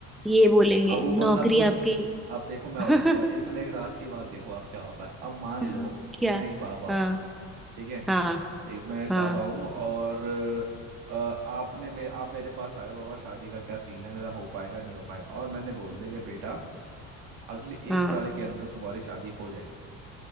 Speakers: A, in the centre; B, on the right (about 80°).
A: ये बोलेंगे
B: अब वो बंदा
A: नौकरी
B: खुश
A: आपकी
B: है अब देखो मैं
A: <laughs>
B: बताता हूँ इस मेघराज की बात देखो अब क्या होता है अब मान
A: हाँ,
B: लो
A: क्या
B: मैं एक बाबा हूँ
A: हाँ
B: ठीक है
A: हाँ
B: एक मैं एक
A: हाँ
B: बाबा हूँ और अ, आपने मे आप मेरे पास आए हो बाबा शादी का क्या सीन है मेरा हो पाएगा नहीं हो पाएगा और मैंने बोल दिया कि बेटा अगले
A: हाँ
B: एक साल के अंदर तुम्हारी शादी हो जाएगी